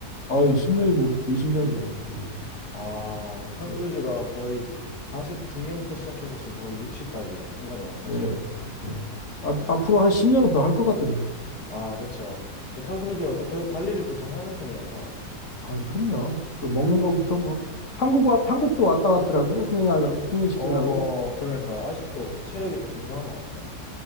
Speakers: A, on the left; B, on the left.
A: 아 10년이 뭡니까? 20년이 넘었죠, 이게.
B: 아, 그럼 탐 크루즈가
A: 예,
B: 거의 40 중년부터 시작해서 지금 거의 60까지 한 거네요, 사실은.
A: 예, 예. 앞 앞으로 한 10년은 더 할 것 같은데.
B: 아, 그쵸. 그 탐 크루즈가 또 그 관리를 좀 잘하는 편이어서
A: 아, 그럼요. 그 먹는
B: 네.
A: 거부터 뭐 한국 와 한국도 왔다 갔더라고요. 흥행하려고,
B: 어,
A: 흥행시키려고.
B: 어, 그러니까 아직도
A: 예.
B: 체력이 또 정정한 것 같아요.